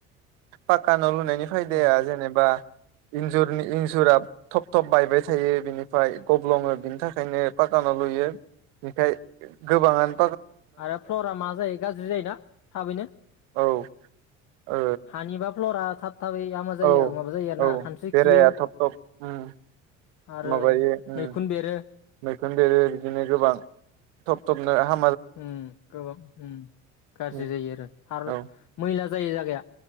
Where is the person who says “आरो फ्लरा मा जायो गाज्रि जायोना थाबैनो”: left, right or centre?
Left